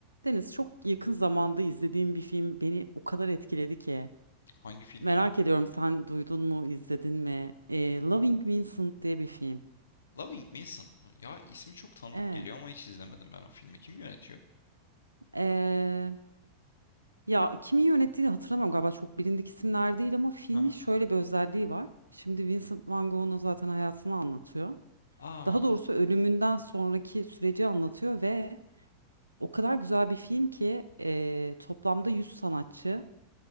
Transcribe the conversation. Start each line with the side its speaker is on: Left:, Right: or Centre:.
Right: Deniz çok yakın zamanda izlediğim bir film beni o kadar etkiledi ki.
Left: Hangi film
Right: Merak
Left: ya? o?
Right: ediyorum sen duydun mu, izledin mi? Ee, Loving Vincent diye bir film.
Left: Loving Vincent mı? Ya ismi çok tanıdık
Right: Evet.
Left: geliyor ama hiç izlemedim ben o filmi. Kim yönetiyor?
Right: Ee, ya kimi yönettiğini hatırlamıyorum galiba çok bilindik isimler değil ama filmin
Left: Hı hı.
Right: şöyle bir özelliği var. Şimdi Vincent Van Gogh'un zaten hayatını anlatıyor.
Left: Aa,
Right: Daha doğrusu ölümünden sonraki süreci anlatıyor ve o kadar güzel bir film ki e, toplamda 100 sanatçı.